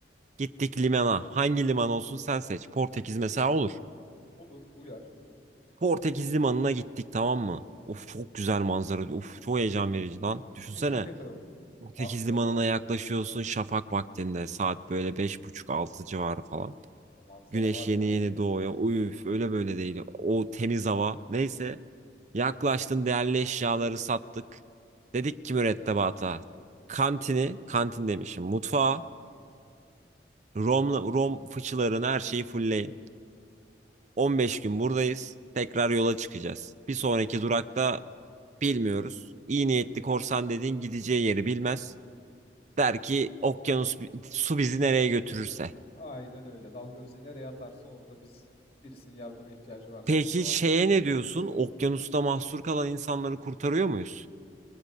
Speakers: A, on the right (about 40°); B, on the left (about 35°).
A: Gittik limana. Hangi liman olsun sen seç. Portekiz mesela olur.
B: olur uyar.
A: Portekiz limanına gittik tamam mı? Of çok güzel manzara. Of çok heyecan verici lan. Düşünsene.
B: <laughs>
A: Portekiz
B: Harbiden
A: limanına
B: vallahi
A: yaklaşıyorsun şafak vaktinde. Saat böyle beş buçuk altı civarı falan.
B: o manzara
A: Güneş
B: var
A: yeni
B: ya.
A: yeni doğuyor. Uyuf öyle böyle değil. O temiz hava. Neyse. Yaklaştın değerli eşyaları sattık. Dedik ki mürettebata. Kantini, kantin demişim. Mutfağı, Rom, Rom fıçılarını her şeyi fullleyin. 15 gün buradayız. Tekrar yola çıkacağız. Bir sonraki durakta bilmiyoruz. İyi niyetli korsan dediğin gideceği yeri bilmez. Der ki okyanus su bizi nereye götürürse.
B: Aynen öyle. Dalga bizi nereye atarsa orada biz birisinin yardıma ihtiyacı varsa
A: Peki
B: oralarda
A: şeye
B: buluruz
A: ne
B: kendimizi.
A: diyorsun? Okyanusta mahsur kalan insanları kurtarıyor muyuz?